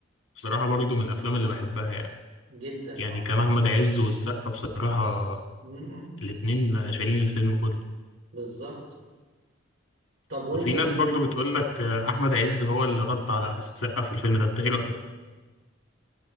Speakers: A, on the left; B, on the right.
A: بصراحة برضو من الأفلام اللي بحبها يعني
B: جدا
A: يعني
B: اه
A: كان أحمد عز والسقا بصراحة
B: م- م.
A: الاتنين شايلين الفيلم كله
B: بالظبط طب وانت
A: وفي
B: من
A: ناس برضو بتقول لك أحمد عز هو اللي غطى على السقا في الفيلم ده انت ايه رأيك؟